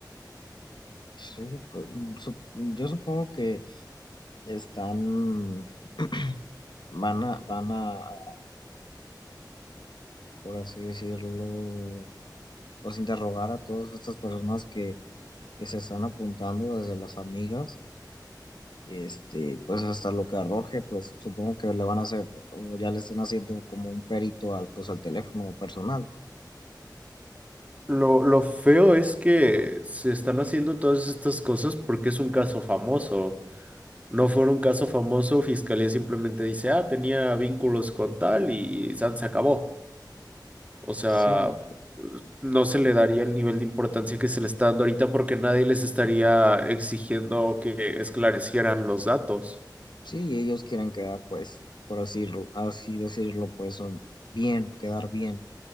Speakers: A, on the left; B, on the right.
A: pues, sí, pues, sup- yo supongo que están, <clears throat> van a, van a, por así decirlo, pues interrogar a todas estas personas que, que se están apuntando desde las amigas, este, pues hasta lo que arroje, pues supongo que le van a hacer, o ya le están haciendo como un perito al, pues al teléfono personal.
B: Lo, lo feo es que se están haciendo todas estas cosas porque es un caso famoso. No fuera un caso famoso, Fiscalía simplemente dice, ah, tenía vínculos con tal y San se acabó. O sea,
A: Sí,
B: no se le daría el nivel de importancia que se le está dando ahorita porque nadie les estaría exigiendo que esclarecieran los datos.
A: sí, ellos quieren quedar, pues, por así, lo- así decirlo, pues son bien, quedar bien.